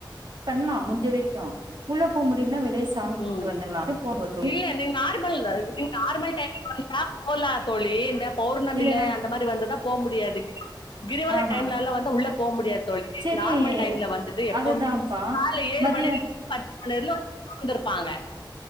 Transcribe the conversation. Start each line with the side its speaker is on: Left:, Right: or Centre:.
Right: பண்லா முடிஞ்ச வெரைக்கு உள்ள போ முடிலனா வெளிய சாமி கும்புட்டு
Left: ம்
Right: வந்தர்லானு போம் போது
Left: இல்ல நீங்க ஆர்மல்ங்க நீங்க ஆர்மல் டைம்க்கு வந்துட்டா கும்பலா தோழி இந்தப் பௌர்ணமில
Right: இல்ல நாங்
Left: அந்த மாதிரி வந்துதா போ முடியாது கிரிவல
Right: ஆஹா
Left: டைம்லலா வந்து உள்ள போ முடியாத தோழி
Right: செரி
Left: நார்மல் டைம்ல வந்துட்டு எப்பவுமே
Right: அதுதான்ப்பா
Left: கால்ல ஏழு
Right: மதிய
Left: மணிலேந் பத் <unintelligible> ந்துருப்பாங்க